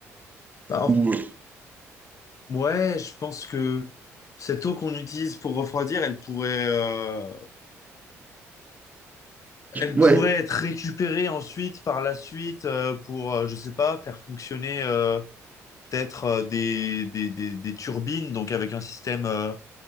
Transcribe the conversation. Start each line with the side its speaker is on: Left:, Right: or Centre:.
Left: Bah,
Right: Ou...
Left: en-
Right: euh,
Left: ouais, je pense que cette eau qu'on utilise pour refroidir, elle pourrait, euh, elle
Right: Ouais.
Left: pourrait être récupérée ensuite par la suite euh, pour, euh, je sais pas, faire fonctionner euh, peut-être euh, des, des, des, des turbines, donc avec un système euh,